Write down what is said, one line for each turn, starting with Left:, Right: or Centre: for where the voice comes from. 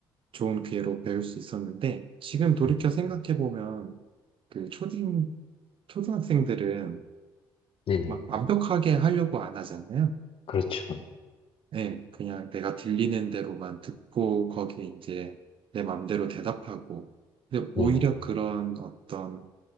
Right: 좋은 기회로 배울 수 있었는데 지금 돌이켜
Left: 네네.
Right: 생각해 보면 그 초딩 초등학생들은
Left: 네네.
Right: 막 완벽하게 하려고 안 하잖아요.
Left: 그렇죠.
Right: 네, 그냥 내가 들리는 대로만 듣고 거기에 이제 내 맘대로 대답하고. 근데
Left: 네네.
Right: 오히려 그런 어떤